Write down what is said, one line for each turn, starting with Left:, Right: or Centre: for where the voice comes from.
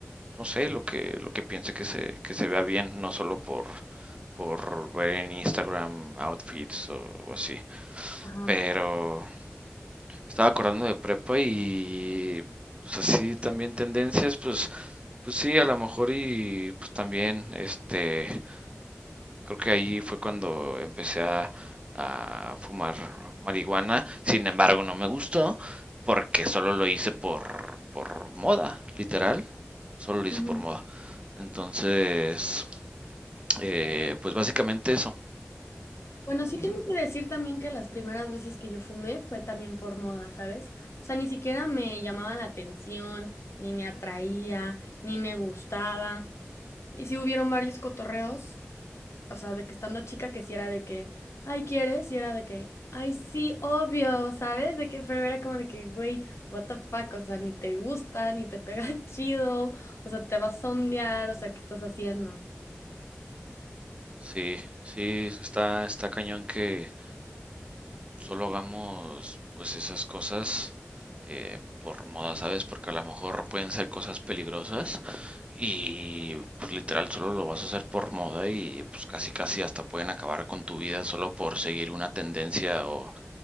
Right: no sé, lo que, lo que piense que se, que se vea bien, no solo por, por ver en Instagram outfits o, o así.
Left: Ajá.
Right: Pero estaba acordando de prepa y pues así también tendencias, pues, pues sí, a lo mejor y pues también este Creo que ahí fue cuando empecé a, a fumar marihuana. Sin embargo, no me gustó porque solo lo hice por, por moda, literal. Solo lo
Left: Ujú.
Right: hice por moda. Entonces, eh, pues básicamente eso.
Left: Bueno, sí tengo que decir también que las primeras veces que yo fumé fue también por moda, ¿sabes? O sea, ni siquiera me llamaba la atención, ni me atraía, ni me gustaba. Y sí hubieron varios cotorreos o sea, de que estando chica que sí era de que, ay, ¿quieres? Y era de que, ay, sí, obvio, ¿sabes? De que, pero era como de que, güey, what the fuck, o sea, ni te gusta, ni te pega <laughs> chido, o sea, te vas a sondear, o sea, ¿qué estás haciendo?
Right: Sí, sí, está, está cañón que, Solo hagamos pues esas cosas eh, por moda, ¿sabes? Porque a lo mejor pueden ser cosas peligrosas y pues literal solo lo vas a hacer por moda y pues casi casi hasta pueden acabar con tu vida solo por seguir una tendencia o,